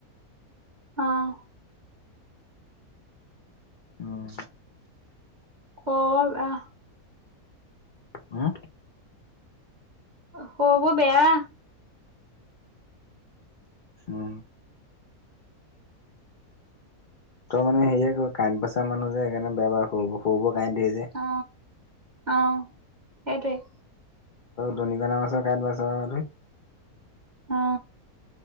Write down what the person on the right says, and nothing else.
আহ।
অ আহ।
খবৰ বেয়া
অ অ সেইটোৱেই
অ।